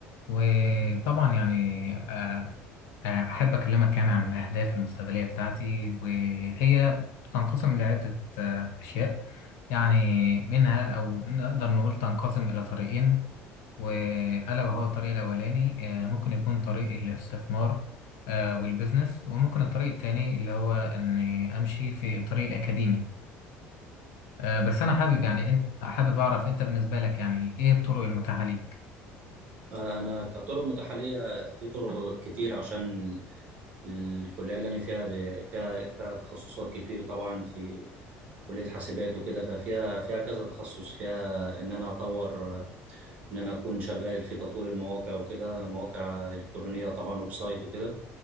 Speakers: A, on the left (about 75°); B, on the right (about 30°).
A: وطبعا يعني آه، آه، أحب أكلمك يعني عن الأهداف المستقبلية بتاعتي وهي تنقسم لعدة آه، أشياء يعني منها أو نقدر نقول تنقسم إلى طريقين وألا وهو الطريق الأولاني آه، ممكن يكون طريق الاستثمار آه، والبزنس وممكن الطريق التاني اللي هو إني أمشي في الطريق الأكاديمي. آه، بس انا حابب يعني انت حابب اعرف انت بالنسبه لك يعني ايه الطرق المتاحه ليك
B: آه، انا كطرق متاحه ليا في طرق كتير عشان ال- الكليه اللي انا فيها ب... فيها فيها تخصصات كتير طبعا في كليه حاسبات وكده ففيها فيها كذا تخصص فيها ان انا اطور ان انا اكون شغال في تطوير المواقع وكده مواقع الكترونيه طبعا ويب سايت وكده